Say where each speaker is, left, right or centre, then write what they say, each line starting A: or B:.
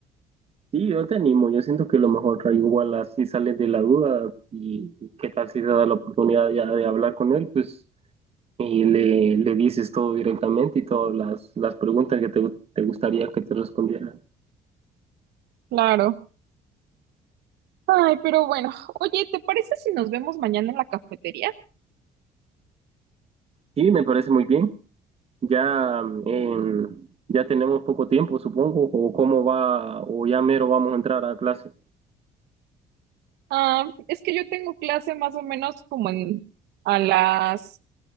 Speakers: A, on the right; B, on the right.
A: Sí, yo te animo, yo siento que lo mejor, Rayo, igual así sales de la duda y qué tal si te da la oportunidad ya de hablar con él, pues y le, le dices todo directamente y todas las, las preguntas que te, te gustaría que te respondieran.
B: Claro. Ay, pero bueno. Oye, ¿te parece si nos vemos mañana en la cafetería?
A: Sí, me parece muy bien. Ya, eh, ya tenemos poco tiempo, supongo, o cómo va, o ya mero vamos a entrar a clase.
B: Ah, es que yo tengo clase más o menos como en a las